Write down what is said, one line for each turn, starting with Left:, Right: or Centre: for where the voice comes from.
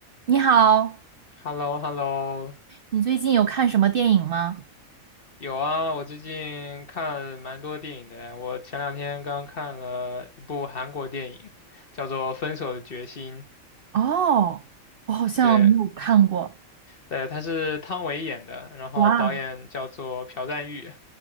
Right: 你好，
Left: h e l l o h e l l o
Right: 你最近有看什么电影吗？
Left: 有啊，我最近看蛮多电影的。我前两天刚看了一部韩国电影，叫做《分手的决心》。
Right: 哦，我好像没有看过。
Left: 对，对，他是汤唯演的，然后导演叫做朴赞郁，
Right: 哇